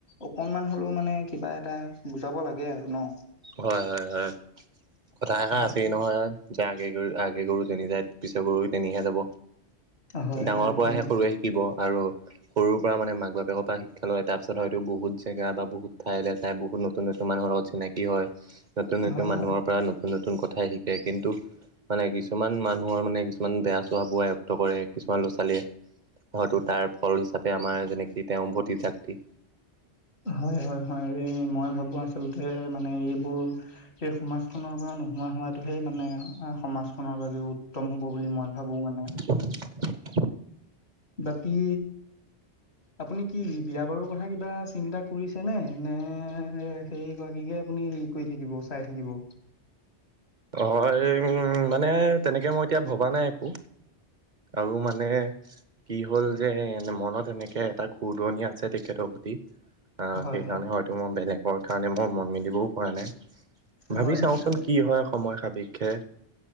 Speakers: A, on the left; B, on the right.
A: অকনমান হলেও মানে কিবা এটা বুজাব লাগে আৰু ন'।
B: হয় হয় হয় কথা এষাৰ
A: হয়
B: আছেই নহয় যে আগে গৰু আগে গৰু যেনি যায় পিছত গৰু তেনিহে যাব
A: হয়
B: ডাঙৰ
A: হয়
B: পৰা
A: সেয়া
B: আহে সৰুৱে শিক শিকিব আৰু সৰুৰ পৰা মানে মাক বাপেকৰ পৰা শিক্ষা লয় তাৰপিছত হয়ত বহুত জেগা বা বহুত ঠাইলৈ যাই বহুত নত নতুন নতুন মানুহৰ লগত চিনাকি হয় নতুন নতুন
A: হয়
B: মানুহৰ
A: হয়।
B: পৰা নতুন নতুন কথা শিকে কিন্তু মানে কিছুমান মানুহৰ মানে কিছুমান বেয়া স্বভাৱো আয়ত্ব কৰে কিছুমান ল'ৰা ছোৱালীয়ে। হয়তো তাৰ ফল হিচাপে আমাৰ যেনেকে তেওঁৰ ভতিজাকটো
A: হয় হয় হয় এই মই ভাবো আচলতে মানে এইবোৰ সেই সমাজখনৰ পৰা নোহোৱা হোৱাটোহে মানে এ সমাজ খনৰ বাবেও উত্তম হ'ব বুলি মই ভাবো মানে
B: <unintelligible>
A: বাকী আপুনি কি বিয়া বাৰুৰ কথা কিবা চিন্তা কৰিছেনে নে এ সেই গৰাকীকে আপুনি নি কৰি থাকিব চাই থাকিব
B: অ এ উম মানে তেনেকে মই এতিয়া ভবা নাই একো আৰু মানে কি হল যে এ মনত এনেকে এটা খুৰদুৱনি আছে তেখেতৰ প্ৰতি আহ
A: হয়
B: সেইকাৰণে
A: হয়।
B: হয়তো মই বেলেগৰ কাৰণে মই মন মেলিবও পৰা নাই ভাবি
A: হয়
B: চাওচোন
A: হয়
B: কি হয় সময় সময় সাপিক্ষে